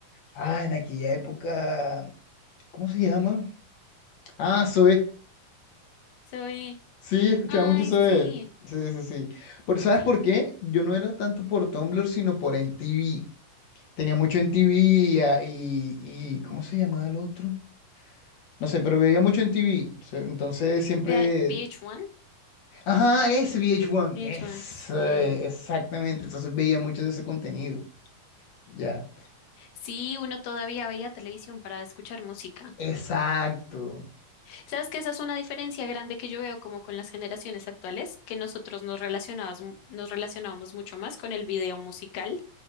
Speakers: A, on the left; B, on the left.
A: ah, en aquella época, ¿cómo se llama? Ah, Zoe.
B: Soy,
A: Sí, escuchaba
B: ay,
A: mucho Zoe.
B: sí,
A: Sí, sí, sí. Pero ¿sabes
B: sí,
A: por qué? Yo no era tanto por Tumblr, sino por MTV. Tenía mucho MTV y, ah, y, y ¿cómo se llamaba el otro? No sé, pero veía mucho en TV. se- Entonces siempre.
B: Vea- VH1,
A: Ajá, es VH1.
B: VH1,
A: Es,
B: sí.
A: eh, exactamente. Entonces veía mucho de ese contenido. Ya.
B: Sí, uno todavía veía televisión para escuchar música.
A: Exacto.
B: Sabes que esa es una diferencia grande que yo veo como con las generaciones actuales, que nosotros nos relacionábamos, nos relacionábamos mucho más con el video musical.